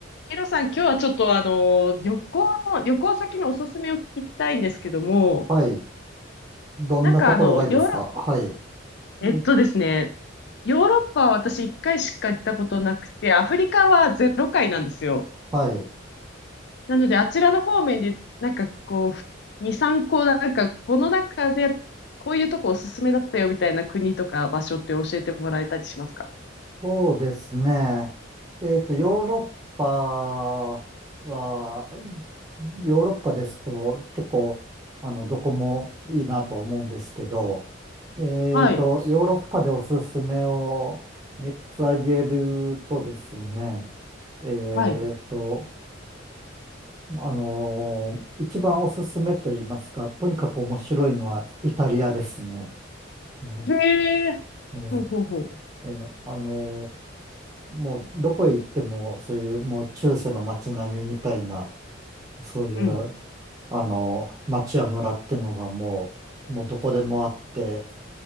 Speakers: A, on the left; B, on the right.
A: ヒロさん、今日はちょっとあの、旅行の、旅行先のおすすめを聞きたいんですけども、
B: はい。どんなところがいいですかはい。
A: なんかあの、ヨーロ、えっとですね、
B: え
A: ヨーロッパは私一回しか行ったことなくて、アフリカはゼロ回なんですよ。
B: はい。
A: なので、あちらの方面で、なんかこう、2、3個、なんかこの中で、こういうとこおすすめだったよみたいな国とか場所って教えてもらえたりしますか
B: そうですね。えっと、ヨーロッパは、ヨーロッパですと結構、あの、どこもいいなと思うんですけど、えっと、
A: はい。
B: ヨーロッパでおすすめを3つ挙げるとですね、えっと、
A: はい。
B: あの一番おすすめと言いますか、とにかく面白いのはイタリアですね。うん
A: へえ。
B: うん
A: ほうほうほう。
B: ええ、あの、もうどこへ行っても、そういうもう中世の街並みみたいな、そういう、
A: うん。
B: あの、町や村ってのがもう、もうどこでもあって、